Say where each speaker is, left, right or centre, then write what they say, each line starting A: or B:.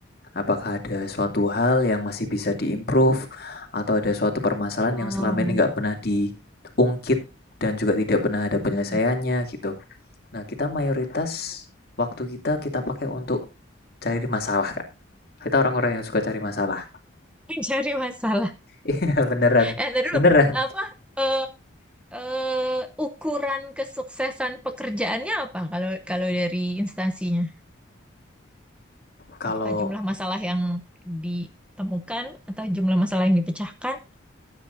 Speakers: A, on the left; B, in the centre.
A: Apakah ada suatu hal yang masih bisa diimprove atau ada suatu permasalahan
B: Oh,
A: yang selama ini nggak pernah diungkit dan juga tidak pernah ada penyelesaiannya
B: oke.
A: gitu. Nah, kita mayoritas
B: <laughs>
A: waktu kita kita pakai untuk cari masalah, Kak. Kita orang-orang yang suka cari masalah.
B: Mencari masalah.
A: Iya <laughs> beneran,
B: Eh, ntar dulu.
A: beneran.
B: Apa, eh, eh, ukuran kesuksesan pekerjaannya apa kalau kalau dari instansinya?
A: Kalau
B: Apakah jumlah masalah yang ditemukan atau jumlah masalah yang dipecahkan?